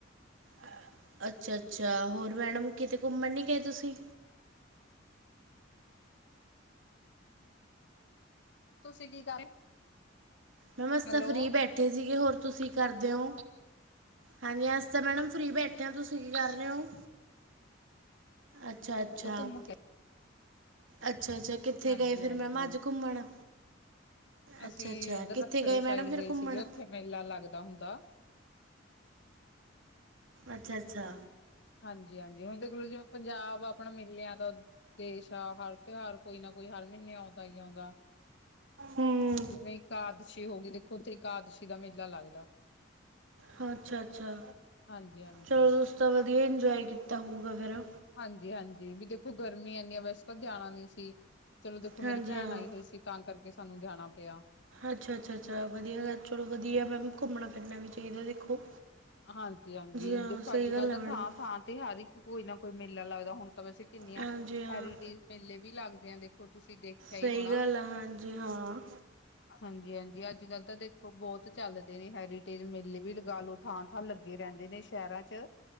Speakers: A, on the right; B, on the left.
A: ਅ, ਅੱਛਾ- ਅੱਛਾ ਹੋਰ ਮੈਡਮ ਕਿਤੇ ਘੁੰਮਣ ਨੀ ਗਏ ਤੁਸੀਂ
B: ਤੁਸੀਂ ਕੀ ਕਰ
A: ਮੈਂ ਅਸੀ
B: ਹੈਲੋ
A: ਤਾਂ ਫ਼ਰੀ ਬੈਠੇ ਸੀਗੇ, ਹੋਰ ਤੁਸੀਂ ਕੀ ਕਰਦੇ ਓ ਹਾਂਜੀ ਅਸੀਂ ਤਾਂ ਮੈਡਮ ਫਰੀ ਬੈਠੇ ਤੁਸ ਤੁਸੀਂ ਕੀ ਕਰ ਰਹੇ ਓ, ਅੱਛਾ- ਅੱਛਾ
B: ਤੂੰ ਘੁੰਮ ਕੇ
A: ਅੱਛਾ- ਅੱਛਾ ਕਿੱਥੇ
B: ਹਾਂਜੀ
A: ਗਏ ਫੇਰ
B: ਹਾਂਜੀ
A: ਮੈਮ ਅੱਜ ਘੁੰਮਣ, ਅੱਛਾ-
B: ਅਸੀਂ
A: ਅੱਛਾ
B: ਇੱਧਰ
A: ਕਿੱਥੇ
B: ਰੱਖੜੇ
A: ਗਏ ਮੈਡਮ
B: ਸਾਈਡ
A: ਫੇਰ
B: ਗਏ
A: ਘੁੰਮਣ
B: ਸੀਗੇ ਉੱਥੇ ਮੇਲਾ ਲੱਗਦਾ ਹੁੰਦਾ
A: ਅੱਛਾ -ਅੱਛਾ
B: ਹਾਂਜੀ- ਹਾਂਜੀ, ਹੁਣ ਦੇਖ ਲਓ ਜੋ ਪੰਜਾਬ ਆਪਣਾ ਮੇਲਿਆਂ ਦਾ ਦੇਸ਼ ਆ, ਹਰ ਤਿਉਹਾਰ ਕੋਈ ਨਾ ਕੋਈ ਹਰ ਮਹੀਨੇ ਆਉਂਦਾ ਹੀ ਆਉਂਦਾ
A: ਹਮ
B: ਜਿਵੇਂ ਇਕਾਦਸ਼ੀ ਹੋ ਗਈ, ਦੇਖੋ ਉੱਥੇ ਇਕਾਦਸ਼ੀ ਦਾ ਮੇਲਾ ਲੱਗਦਾ
A: ਹਾਂ ਅੱਛਾ- ਅੱਛਾ,
B: ਹਾਂਜੀ ਹਾਂਜੀ
A: ਚਲੋ ਤੁਸੀ ਤਾਂ ਵਧੀਆ ਇੰਜੋਏ ਕੀਤਾ ਹੋਊਗਾ ਫੇਰ
B: ਹਾਂਜੀ- ਹਾਂਜੀ ਵੀ ਦੇਖੋ ਗਰਮੀ ਐਨੀਆ, ਵੈਸੇ ਤਾਂ ਜਾਣਾ ਨੀ ਸੀ ਚਲੋ ਦੇਖੋ
A: ਹਾਂਜੀ
B: ਮੇਰੀ ਭੈਣ
A: ਹਾਂ
B: ਆਈ ਹੋਈ ਸੀ ਤਾਂ ਕਰਕੇ ਸਾਨੂੰ ਜਾਣਾ ਪਿਆ
A: ਅੱਛਾ- ਅੱਛਾ- ਅੱਛਾ ਵਧੀਆ, ਚਲੋ ਵਧੀਆ ਮੈਮ ਘੁੰਮਣਾ ਫਿਰਨਾ ਵੀ ਚਾਹੀਦਾ ਦੇਖੋ
B: ਹਾਂਜੀ ਹਾਂਜੀ
A: ਹਾਂ
B: ਦੇਖੋ
A: ਸਹੀ
B: ਅੱਜ-
A: ਗੱਲ
B: ਕੱਲ ਤਾਂ
A: ਹੈ ਮੈਡਮ
B: ਥਾਂ- ਥਾਂ ਤੇ ਹਰ ਕੋਈ ਨਾ ਕੋਈ ਮੇਲਾ ਲੱਗਦਾ ਹੁਣ ਤਾਂ ਵੈਸੇ ਕਿੰਨੀਆਂ
A: ਹਾਂਜੀ ਹਾਂ
B: ਹੈਰੀਟੇਜ ਮੇਲੇ ਵੀ ਲੱਗਦੇ ਆ ਦੇਖ ਉਹ ਤੁਸੀਂ ਦੇਖਿਆ
A: ਸਹੀ
B: ਈ ਹੋਣਾ।
A: ਗੱਲ ਆ ਹਾਂਜੀ ਹਾਂ
B: ਹਾਂਜੀ ਹਾਂਜੀ ਅੱਜ- ਕੱਲ੍ਹ ਤਾਂ ਦੇਖੋ ਬਹੁਤ ਚੱਲਦੇ ਨੇ ਹੈਰੀਟੇਜ ਮੇਲੇ ਵੀ ਲਗਾ ਲਓ। ਥਾਂ ਥਾਂ ਲੱਗੇ ਰਹਿੰਦੇ ਨੇ ਸ਼ਹਿਰਾਂ ਚ